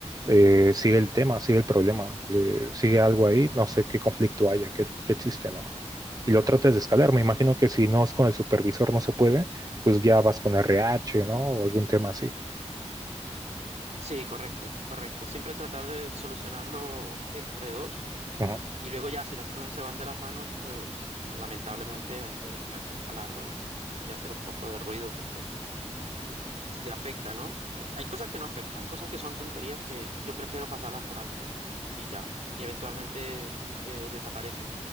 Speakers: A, on the right; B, on the right.
A: eh, sigue el tema, sigue el problema, le- sigue algo ahí, no sé qué conflicto haya, qué, qué existe, ¿no? Y lo tratas de escalar. Me imagino que si no es con el supervisor, no se puede pues ya vas con RH, ¿no? O algún tema así.
B: Sí, correcto, correcto. Siempre tratar de solucionarlo entre dos
A: Ajá.
B: y luego ya si las cosas se van de las manos, pues lamentablemente hay que, hay que escalarlo y, y hacer un poco de ruido porque si te afecta, ¿no? Hay hay cosas que no afectan, hay cosas que son tonterías que yo prefiero pasarlas por alto y ya, y eventualmente eh, desaparecen.